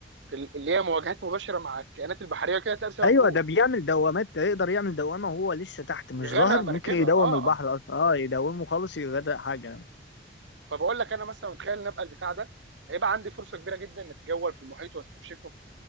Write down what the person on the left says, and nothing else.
ايوه
ده بيعمل دوامات ده يقدر يعمل دوامه وهو لسه تحت مش
ظاهر
ممكن يدوم
البحر
اصلا اه يدومه خالص يغرق حاجه